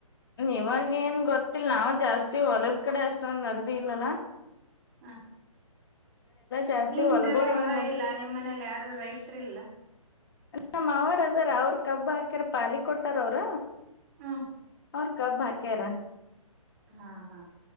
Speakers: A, on the left; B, on the right.
A: ಇವಾಗ ಏನ್ ಗೊತ್ತಿಲ್ಲ ನಾವ್ ಜಾಸ್ತಿ ಹೊಲದ್ ಕಡೆ ಅಷ್ಟೊಂದ ನಗದಿ ಇಲ್ಲಲ
B: ಹಾ
A: ಜಾಸ್ತಿ
B: ನಿಮ್ದೆಲ್ಲ
A: ಹೊಲಗೊಳ್
B: ಹೊಲ
A: ನಮ್
B: ಇಲ್ಲ
A: ಕಡೆ
B: ನಿಮ್ಮನೆಲ್ ಯಾರು ರೈತರಿಲ್ಲ
A: ನಮ್ ಮಾವಾರ್ ಅದಾರ ಅವ್ರ ಕಬ್ಬ ಹಾಕ್ಯಾರ ಪಾಲಿ ಕೊಟ್ಟಾರ ಅವ್ರ
B: ಹಾ
A: ಅವ ಕಬ್ಬ್ ಹಾಕ್ಯಾರ
B: ಹಾ ಹಾ